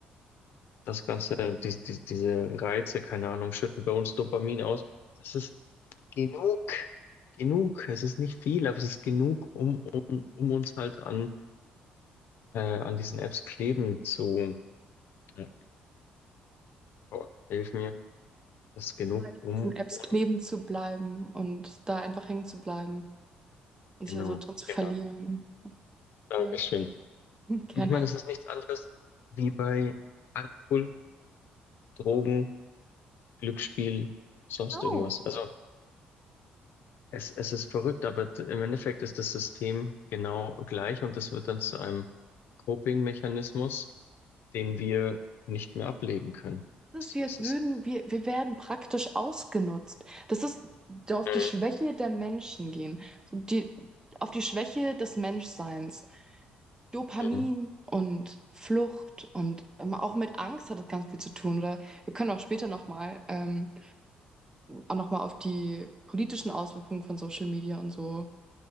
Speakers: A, on the left; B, on the right.
A: das Ganze, die, die, diese Reize, keine Ahnung, schütten bei uns Dopamin aus. Das ist genug, genug. Es ist nicht viel, aber es ist genug, um, um, um uns halt an, äh, an diesen Apps kleben zu, äh, Oh, hilf mir. Das ist genug
B: Nur an
A: um
B: diesen Apps
A: und
B: kleben zu bleiben und da einfach hängen zu bleiben und
A: genau,
B: sich da so drin zu verlieren.
A: genau. Dankeschön.
B: Voll. <laughs> Gerne.
A: Und ich meine, es ist nichts anderes wie bei Alkohol, Drogen, Glücksspiel, sonst
B: Oh,
A: irgendwas. Also es, es ist verrückt, aber t- im Endeffekt ist das System genau gleich und das wird dann zu einem Coping-Mechanismus, den wir nicht mehr ablegen können.
B: das
A: Weißt
B: ist wie
A: du, das
B: als würden
A: ist.
B: wir, wir werden praktisch ausgenutzt. Das ist auf
A: Mhm.
B: die Schwäche der Menschen gehen. So die, auf die Schwäche des Menschseins. Dopamin
A: Mhm.
B: und Flucht und ähm, auch mit Angst hat das ganz viel zu tun. Oder wir können auch später nochmal ähm, auch noch mal auf die politischen Auswirkungen von Social Media und so